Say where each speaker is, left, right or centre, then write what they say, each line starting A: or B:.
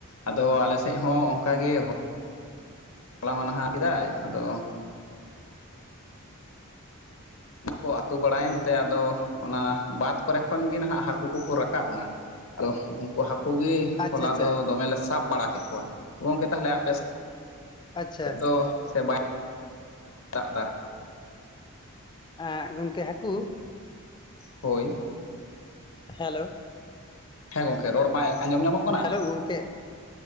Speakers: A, on the left (about 65°); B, on the left (about 20°).
A: ᱟᱫᱚ ᱟᱞᱮ ᱥᱮᱫ ᱦᱚᱸ ᱚᱱᱠᱟ ᱜᱮ ᱯᱟᱞᱟ ᱢᱟᱱᱟᱦᱟ ᱠᱮᱫᱟᱭ ᱟᱫᱚ ᱠᱚ ᱟᱹᱛᱩ ᱵᱟᱲᱟᱭᱮᱱᱛᱮ ᱟᱫᱚ ᱚᱱᱟ ᱵᱟᱫ ᱠᱚᱨᱮ ᱠᱷᱚᱱ ᱜᱮ ᱱᱟᱦᱟᱜ ᱦᱟᱹᱠᱩ ᱠᱚᱠᱚ ᱨᱟᱠᱟᱵ ᱮᱱᱟ᱾ ᱟᱫᱚ ᱩᱱᱠᱩ ᱦᱟᱹᱠᱩ ᱜᱮ
B: ᱟᱪᱪᱷᱟ
A: ᱦᱚᱞᱟ
B: ᱟᱪᱪᱷᱟ
A: ᱫᱚ ᱫᱚᱢᱮᱞᱮ ᱥᱟᱵ ᱵᱟᱲᱟ ᱠᱮᱫ ᱠᱚᱣᱟ ᱛᱚ ᱜᱚᱝᱠᱮ ᱛᱟᱦᱚᱞᱮ ᱟᱯᱮᱥᱮ
B: ᱟᱪᱪᱷᱟ
A: ᱮᱫ ᱫᱚ ᱥᱮ ᱵᱟᱭ ᱫᱟᱜ ᱮᱫᱟ?
B: ᱟᱸ ᱜᱚᱝᱠᱮ ᱦᱟᱹᱠᱩ?
A: ᱦᱳᱭ
B: ᱦᱮᱞᱳ
A: ᱦᱮᱸ ᱜᱚᱝᱠᱮ ᱨᱚᱲ ᱵᱟᱭ ᱟᱸᱡᱚᱢ ᱧᱟᱢᱚᱜ ᱠᱟᱱᱟ
B: ᱦᱮᱞᱳ ᱜᱚᱢᱠᱮ